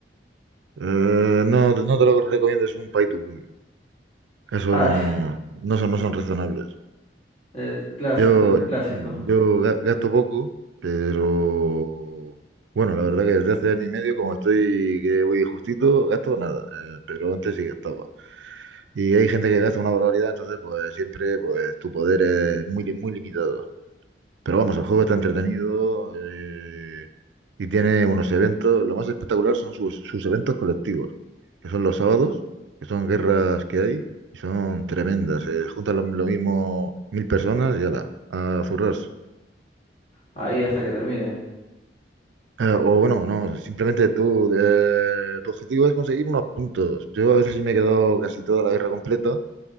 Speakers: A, on the right; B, on the left.
A: Eh, no, no te lo recomiendo, es un pay to win. Eso
B: Ah,
A: no, no son, no son razonables.
B: eh, clásico,
A: Yo,
B: es clásico.
A: yo ga- gasto poco, pero bueno, la verdad que desde hace año y medio, como estoy que voy justito, gasto nada, eh, pero antes sí gastaba. Y hay gente que gasta una barbaridad, entonces pues siempre pues tu poder es muy, li- muy limitado. Pero vamos, el juego está entretenido eh, y tiene unos eventos. Lo más espectacular son sus, sus eventos colectivos, que son los sábados, que son guerras que hay. y Son tremendas, se juntan lo, lo mismo mil personas y ala, a zurrarse.
B: Ahí hasta que termine.
A: Eh, o bueno, no, simplemente tú, eh, tu objetivo es conseguir unos puntos. Yo a veces sí me he quedado casi toda la guerra completa,